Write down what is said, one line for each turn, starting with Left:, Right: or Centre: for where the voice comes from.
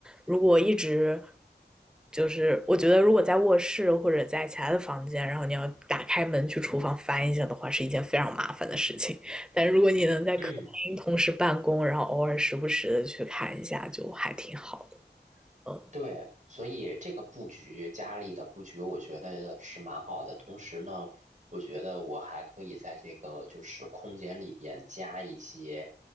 Centre: 如果一直就是我觉得如果在卧室或者在其他的房间，然后你要打开门去厨房翻一下的话，是一件非常麻烦的事情。但如果你能在客厅同时办公，
Right: 嗯。
Centre: 然后偶尔时不时的去看一下，就还挺好的。嗯，
Right: 对，所以这个布局，家里的布局，我觉得是蛮好的。同时呢，我觉得我还可以在这个就是空间里边加一些，